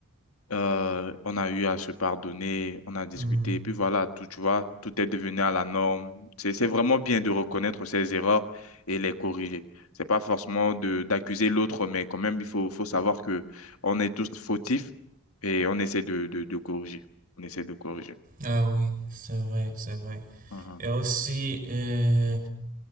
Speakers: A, on the left (about 80°); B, on the right (about 40°).
A: Euh, on a eu à se pardonner, on a discuté,
B: Hmm.
A: et puis voilà, tout, tu vois, tout est devenu à la norme. C'est, c'est vraiment bien de reconnaître ses erreurs et les corriger. C'est pas forcément de, d'accuser l'autre, mais quand même, il faut, faut savoir que on est tous fautifs et on essaie de, de, de corriger. On essaie de corriger.
B: Ah oui, c'est vrai, c'est vrai.
A: Mhm.
B: Et aussi, euh,